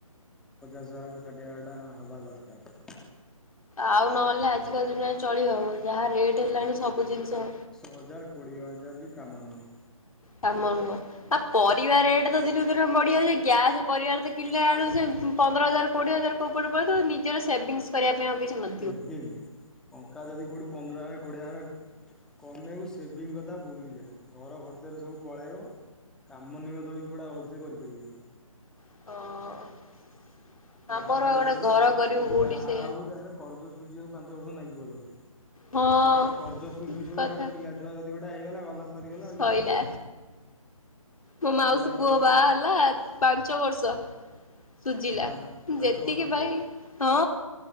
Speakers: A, in the centre; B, on the left (about 80°).
A: ପଚାସ ହଜାର ରୁ ଷାଠିଏ ହଜାର ଟଙ୍କା ହେବା ଦରକାର।
B: ଆଉ ନହେଲେ ଆଜିକାଲି ଦୁନିଆରେ ଚଳି ହବ ଯାହା ରେଟ୍ ହେଲାଣି ସବୁ ଜିନିଷ
A: ହଜାରେ କୋଡ଼ିଏ ହଜାରେ ବି କାମ ନୁହୁଁ।
B: କାମ ନୁହଁ। ଆ ପରିବା ରେଟ୍ ତ ଦିନ କୁ ଦିନ ବଢିଯାଉଛି ଗ୍ୟାସ୍ ପରିବାର ତ କିଣିଲେ ଵେଳେକୁ ସେ ପନ୍ଦର ହଜାର କୋଡିଏ ହଜାର <unintelligible> ନିଜର ସେଭିଙ୍ଗିସ କରିବା ପାଇଁ ଆଉ କିଛି ନ
A: କେଭିନି ଟଙ୍କା ଯଦି କୋଉଠୁ ପନ୍ଦର ହାରେ କୋଡ଼ିଏ ହାରେ କନେୟୁ ସେଭିଙ୍ଗ କଥା ଭୁଲିଯା ଘର ଖର୍ଚ୍ଚରେ ସବୁ ପଳେଇବ। କାମ ନିମତ <unintelligible> ତୁ ଗେଟେ ଭଲସେ କରିପାରିବୁନି।
B: ହଁ। ଆମର
A: ବାହା ହେବୁ
B: ଆଉ ଗୋଟେ
A: ଯଦି
B: ଘର କରିବୁ
A: ଯଦି
B: କୋଉଠି
A: ବାହା
B: ସେ
A: ହେବୁ ତାହେଲେ କରର୍ଜ ସୁଝିବାକୁ ପାଞ୍ଚ ବର୍ଷ ନାଗିବ ତତେ।
B: ହଁ
A: ଆଡେ କର୍ଜ ସୁୁଜୁ
B: ଠିକ୍
A: ସୁଜୁ
B: କଥା।
A: ସେଆଡେ଼ ପିଲାଛୁଆ ଯଦି ଗୋଟେ ହେଇଗଲା ଗଲା ସରିଗଲା ଆଉ
B: ସଇଲା
A: ଜୀବନଟା ଆଉ।
B: ମୋ
A: ସରିଗଲା
B: ମାଉସୀ ପୁଅ
A: ଜୀବନ
B: ବାହା
A: ଆଉ
B: ହେଲା। ପାଞ୍ଚ ବର୍ଷ ସୁଝିଲା
A: ପାଞ୍ଚ ପାଞ୍ଚ
B: ଯେତିକି ଵାଇ ହଁ